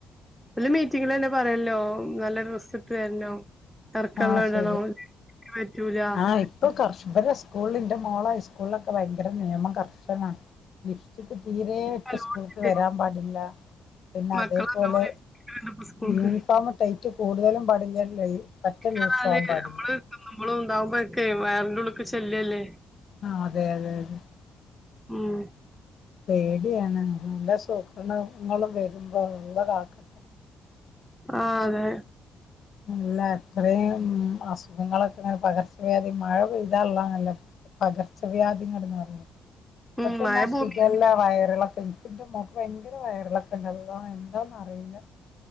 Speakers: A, in the centre; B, on the left.
A: ഓല മീറ്റിങ്ങിലന്നെ പറയല്ലോ നല്ല ഡ്രസ്സ് ഇട്ട് വരന്നം ഇറക്കള്ളം
B: ആഹ്
A: ഇടണം
B: ശരി
A: പറ്റൂല
B: ആഹ് ഇപ്പൊ കർഷകരെ സ്കൂളിന്റെ മോള ഹൈസ്കൂളി ഒക്കെ ഭയങ്കര നിയമം കർശനാണ് ലിപ്സ്റ്റിക് തീരെ ഇട്ട്
A: നല്ലോണംണ്ട്
B: സ്കൂൾക്ക് വരാൻ പാടില്ല പിന്നെ
A: മക്കള്
B: അതേപോലെ
A: നല്ലോണം ഇരിക്ക്ണ്ട് ഇപ്പൊ സ്കൂൾക്ക്
B: യൂണിഫോമ് ടൈറ്റ് കൂടുതലും പാടില്ല <unintelligible> പറ്റെ ലൂസും
A: പറഞ്ഞാല്
B: ആവാൻ പാടില്ല
A: നമ്മള് ഇണ്ടാവുമ്പോക്കെ വയ്റിന്റെ ഉള്ള്ക്ക് ശല്യല്ലേ
B: ആ അതെ അതെ അതെ
A: ഉം
B: പേടിയാണ് നല്ല സൂക്രണങ്ങള് വരുമ്പോ അള്ളാ കാക്കട്ടെ
A: ആ അതെ
B: ഇല്ല ഇത്രീം അസുഖങ്ങളൊക്കെങ്ങനെ പകർച്ചവ്യാധി മഴ പെയ്താള്ളെണല്ലോ പകർച്ചവ്യാധി <unintelligible>
A: ഉം
B: ഇപ്പത്തന്നെ
A: മഴ
B: ഷിഖല്ല
A: ഭൂമി
B: വയറിള എനിക്ക് എന്റെ മ്മാക്ക് ഭയങ്കര വയറിളക്കണ്ട് അള്ളാ എന്താന്ന് അറിയില്ല